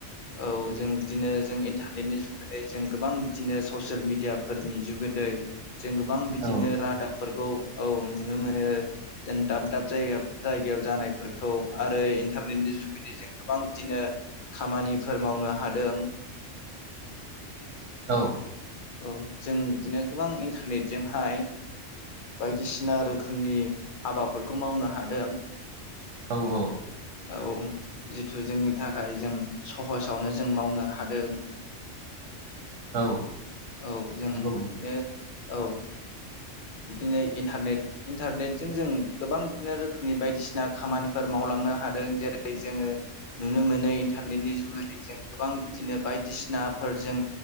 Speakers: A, on the left (about 50°); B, on the right (about 80°).
A: औ जों बिदिनो जों इन्टारनेटनि जुगोदै जों गोबां बिदिनो ससियेल मिडियाफोरनि जुगोदै जों गोबां बिदिनो
B: औ
A: रादाब फोरखौ औ नुनो मोनो। जेन दाब दाब जायगायाव जायगायाव जानायफोरखौ आरो इन्टारनेटनि जुगैदि जों गोबां बिदिनो खामानि फोर मावनो हादों।
B: औ।
A: औ जों बिदिनो गोबां इन्टारनेटजोंहाय बायदिसिना रोखोमनि हाबाफोरखौ मावनो हादों।
B: औ औ।
A: ओ औ उम जिथु जोंनि थाखाय जों सहसावनो जों मावनो हादों
B: औ
A: औ जों
B: नंगौ
A: बिदिनो
B: नंगौ
A: औ। बिदिनो इन्टारनेट इन्टारनेटजों जों गोबां बिदिनो रोखोमनि बायदिसिना खामानिफोर मावलांनो हादों जेरै जोङो नुनो मोनो इन्टारनेटनि जुगुरदै जों गोबां बिदिनो बायदिसिनाफोर जों